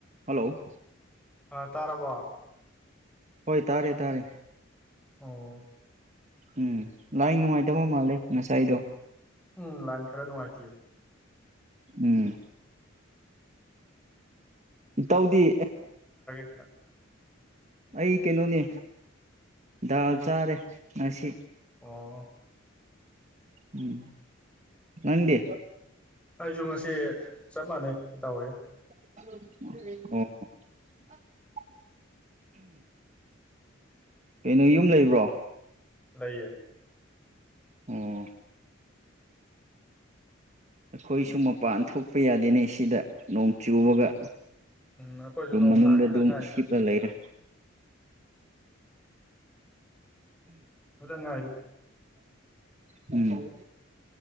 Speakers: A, on the right; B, in the centre.
A: ꯍꯜꯂꯣ
B: ꯑ ꯇꯥꯔꯕꯣ
A: ꯍꯣꯏ ꯇꯥꯔꯦ ꯇꯥꯔꯦ
B: ꯑꯣ
A: ꯎꯝ ꯂꯥꯏ ꯅꯨꯡꯉꯥꯏꯇꯕ ꯃꯥꯜꯂꯦ ꯉꯁꯥꯏꯗꯣ
B: ꯎꯝ ꯂꯥꯏꯟ ꯈꯔ ꯅꯨꯡꯉꯥꯏꯇꯦ
A: ꯎꯝ ꯏ ꯇꯧꯗꯤ
B: ꯑ
A: ꯑꯩ ꯀꯩꯅꯣꯅꯦ ꯗꯥꯜ ꯆꯥꯔꯦ ꯉꯁꯤ
B: ꯑꯣ
A: ꯎꯝ ꯅꯪꯗꯤꯦ
B: ꯑꯩꯁꯨ ꯉꯁꯤ ꯆꯞ ꯃꯥꯟꯅꯩ ꯏꯇꯥꯎ ꯍꯒ
A: ꯑꯣ ꯀꯩꯅꯣ ꯌꯨꯝ ꯂꯩꯕ꯭ꯔꯣ
B: ꯂꯩꯏꯌꯦ
A: ꯎꯝ ꯑꯩꯈꯣꯏꯁꯨ ꯃꯄꯥꯟ ꯊꯣꯛꯄ ꯌꯥꯗꯦꯅꯦ ꯁꯤꯗ ꯅꯣꯡ ꯆꯨꯕꯒ
B: ꯎꯝ ꯑꯩꯈꯣꯏꯁꯨ
A: ꯔꯨꯝ
B: ꯅꯣꯡ
A: ꯃꯅꯨꯡꯗ
B: ꯍꯥꯡꯈꯤꯗ
A: ꯑꯗꯨꯝ
B: ꯉꯥꯏꯔꯦ
A: ꯍꯤꯞꯂ
B: ꯍꯧꯖꯤꯛꯇ
A: ꯂꯩꯔꯦ
B: ꯉꯥꯏꯔ
A: ꯎꯝ